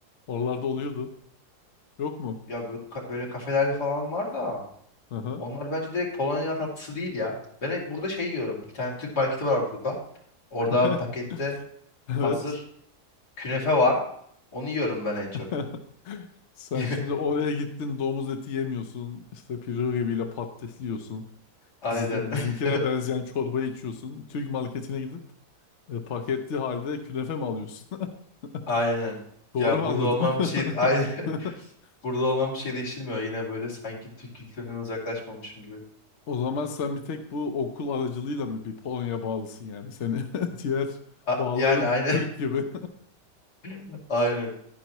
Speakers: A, on the left; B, on the left.
A: Oralarda oluyordu. Yok mu?
B: Ya böyle, ka- böyle kafelerde falan var da.
A: Hı hı.
B: Onlar bence direkt Polonya tatlısı değil ya. Ben hep burada şey yiyorum. Bir tane Türk marketi var burada. Orada
A: <laughs>
B: pakette
A: Evet.
B: hazır künefe var. Onu yiyorum ben en
A: <laughs>
B: çok.
A: Sen
B: <laughs>
A: şimdi oraya gittin domuz eti yemiyorsun. İşte pirzola ile patates yiyorsun.
B: Aynen.
A: Bizim
B: <laughs>
A: bizimkine benzeyen çorba içiyorsun. Türk marketine gidip e, paketli halde künefe mi alıyorsun? <laughs>
B: Aynen.
A: Doğru
B: Ya
A: mu
B: burada
A: anladım?
B: olmam bir şey <laughs> aynen.
A: <laughs>
B: Burada olmam bir şey değiştirmiyor. Yine böyle sanki Türk kültüründen uzaklaşmamışım gibi.
A: O zaman sen bir tek bu okul aracılığıyla mı bir Polonya bağlısın yani seni <laughs> diğer
B: A-
A: bağların
B: yani aynen.
A: Türk gibi.
B: <laughs> Aynen.